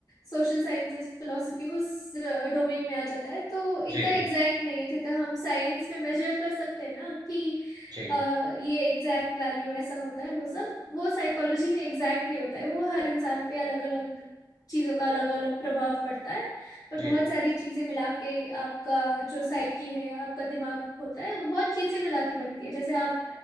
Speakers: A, on the left (about 55°); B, on the right (about 60°).
A: सोशल साइंसेस फिलोसफी उस डोमेन में आ जाता है तो इतना
B: जी
A: एग्जैक्ट नहीं है जितना हम साइंस में मेजर कर सकते हैं ना कि
B: जी
A: अ, ये एग्जैक्ट वैल्यू ऐसा होता है वो सब वो साइकोलॉजी में एग्जैक्ट नहीं होता है वो हर इंसान पे अलग अलग चीज़ों का अलग अलग प्रभाव पड़ता है और बहुत
B: जी
A: सारी चीज़ें मिला के आपका जो साइकी है आपका दिमाग होता है वो बहुत चीज़ें मिला के बनती है जैसे आप